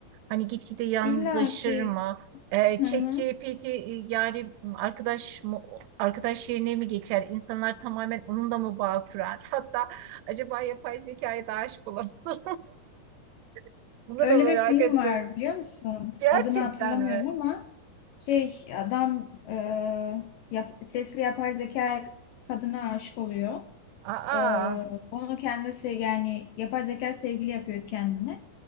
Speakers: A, on the right; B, on the left.
A: Hani gitgide yalnızlaşır
B: İlla ki.
A: mı? E,
B: Hı
A: ChatGPT
B: hı.
A: e, yani arkadaş mı, arkadaş yerine mi geçer? İnsanlar tamamen onunla mı bağ kurar? <laughs> Hatta acaba yapay zekaya da aşık olur mu? <laughs> Bunu
B: Öyle
A: da merak
B: bir film
A: ettim.
B: var biliyor musun?
A: Gerçekten
B: Adını hatırlamıyorum
A: mi?
B: ama şey adam e, yap- sesli yapay zeka kadına aşık oluyor.
A: Aa.
B: E, onu kendisi yani yapay zeka sevgili yapıyor kendine.